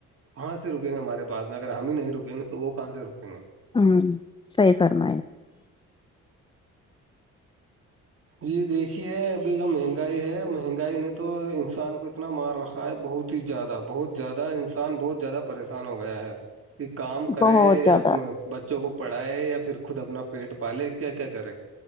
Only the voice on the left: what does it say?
ہوں سی فرم
بہت
زیادہ